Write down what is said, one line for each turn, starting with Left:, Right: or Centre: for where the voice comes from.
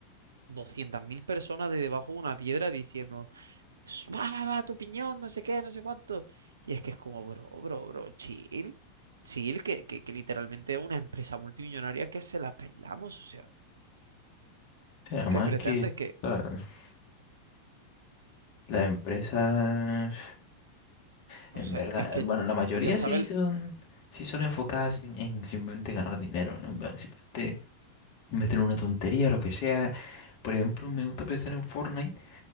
Right: 200.000 personas de debajo de una piedra diciendo, "Ss, va, va, va, tu opinión, no sé qué, no sé cuánto. Y es que es como, bro, bro, bro, chill, chill, que, que, que literalmente es una empresa multimillonaria que se la pelamos, o sea,
Left: O Además
Right: ¿qué pretendes?
Left: que...
Right: Que,
Left: ¿sabes? Las empresas, <laughs>
Right: o
Left: en
Right: sea,
Left: verdad,
Right: es que
Left: bueno, la mayoría
Right: ya sabes,
Left: sí son, sí son enfocadas en, en simplemente ganar dinero, ¿no? Va, Simplemente meter una tontería, lo que sea. Por ejemplo, me gusta pensar en Fortnite